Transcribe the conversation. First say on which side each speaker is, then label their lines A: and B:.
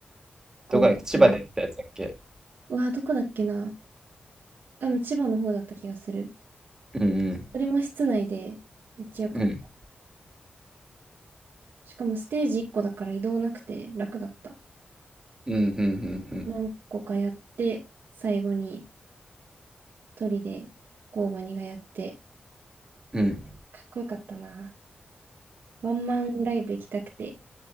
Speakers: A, on the right (about 80°); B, on the right (about 20°).
A: 合場に。
B: どこやっけ千葉でやってたやつやっけ
A: うわ、どこだっけな。あ、でも千葉の方だった気がする。
B: うん
A: それも室内で、めっちゃ良かった。
B: うん。うん。
A: しかもステージ1個だから移動なくて楽だった。
B: うんうんうん
A: 何個かやって、最後に一人でゴーバニがやって、
B: うん。うん。
A: かっこよかったな。ワンマンライブ行きたくて、